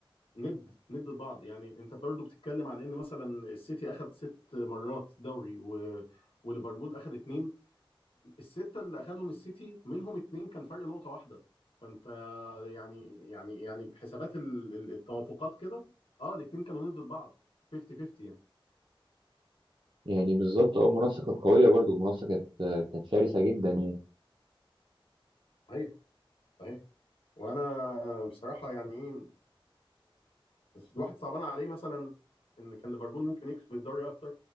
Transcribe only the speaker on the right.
يعني بالظبط اه المنافسه كانت قويه برضو المنافسه كانت كانت شرسه جدا يعني